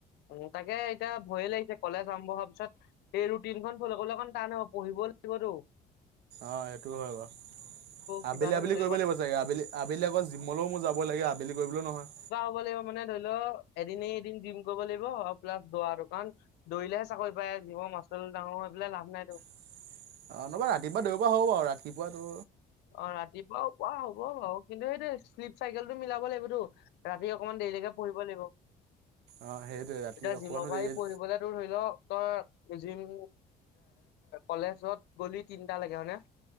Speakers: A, on the left; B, on the right.
A: উম, তাকে এতিয়া ভয়ে লাগিছে কলেজ আৰম্ভ হোৱাৰ পিছত সেই ৰুটিনখন ফলে অকন টান হব পঢ়িব কল দিবতো।
B: অহ, সেইটো হয় বাৰু।
A: কিবা
B: আবেলি
A: এটা
B: - আবেলি
A: মিলাব
B: কৰিব লাগিব চাগে আবেলি - আবেলি আকৌ জিমলৈও মোৰ যাব লাগে আবেলি কৰিবলৈও নহয়।
A: ক লাগিব মানে ধৰি লও এদনে এদিনি দিম কৰিব লাগিব প্লা দৰাটো কাৰণ দৌৰিলেহে চাকৰি পায় জৱ মা ডাঙৰ হৈ পেলাই লাভ নাই।
B: অ নবা ৰাতিপুৱা দেওবাৰ হব বাৰ ৰাতিপুৱাাতটো
A: অ ৰাতিপুৱা পুৱোৱা হ'ব বাৰ কিন্তু সেইটো শ্লিপ চাইকেলটো মিলাব লাগিবতো ৰাতি অকমান দেৰিলৈকে পঢ়িব লাগিব
B: অঁ সেইটোৱে ৰাতি
A: এতিয়া
B: অকণমানো
A: জিম পাৰি
B: দেৰি
A: পঢ়িবলে তৰ ধৰি লও তই িম কলেজত গলি তিনটা লাগে হয়নেে